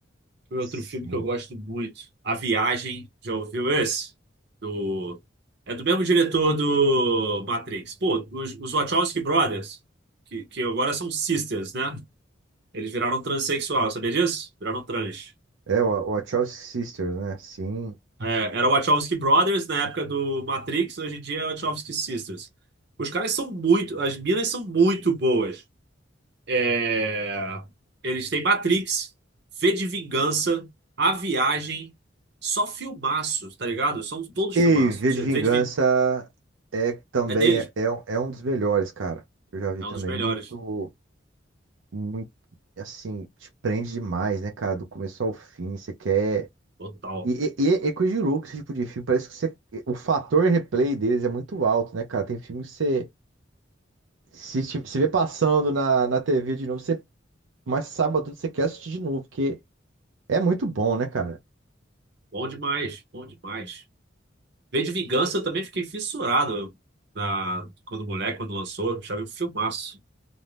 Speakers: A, on the right; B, on the right.
A: Foi
B: Sim.
A: outro filme que eu gosto muito. A Viagem. Já ouviu esse? Do... É do mesmo diretor do Matrix. Pô, os, os Wachowski Brothers, que, que agora são sisters, né? Eles viraram transexual, sabia disso? Viraram trans.
B: É, o o Wachowski Sisters, né? Sim.
A: É, era Wachowski Brothers na época do Matrix, hoje em dia é Wachowski Sisters. Os caras são muito, as minas são muito boas. É, eles têm Matrix, V de Vingança, A Viagem, só filmaços, tá ligado? São todos
B: E
A: filmaços.
B: V de
A: V
B: Vingança
A: de Vingança
B: é também
A: é deles,
B: é, é um é um dos melhores, cara. Eu já vi
A: é
B: também.
A: um dos melhores.
B: Muito, muito, assim, te prende demais, né, cara? Do começo ao fim, você quer.
A: Total.
B: E, e, e é é coisa de louco esse tipo de filme. Parece que você- o fator replay deles é muito alto, né, cara? Tem filme que você. Se ti- se vê passando na, na TV de novo, você. Mas sábado você quer assistir de novo, porque é muito bom, né, cara?
A: Bom demais, bom demais. V de Vingança eu também fiquei fissurado na, quando moleque, quando lançou, achava um filmaço.